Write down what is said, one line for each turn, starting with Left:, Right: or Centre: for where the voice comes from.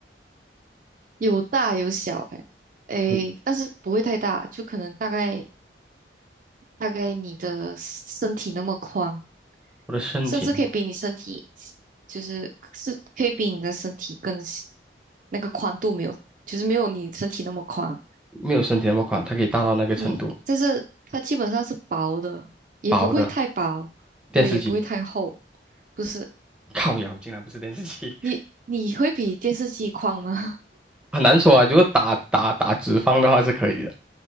Right: 有大有小、哎哎，
Centre: 嗯
Right: 但是不会太大，就可能大概大概你的身体那么宽，
Centre: 我的身体
Right: 甚至可以比你身体，就是是可以比你的身体更那个宽度没有，就是没有你身体那么宽，
Centre: 没有身体那么宽，它可以大到那个程度。
Right: 嗯，但是它基本上是薄的，也不会太薄，
Centre: 薄的电视机，
Right: 对，也不会太厚，不是
Centre: 靠腰竟然不是电视机，
Right: 你你会比电视机宽吗？
Centre: <laughs> 很难说啊。如果打打打直方的话是可以的。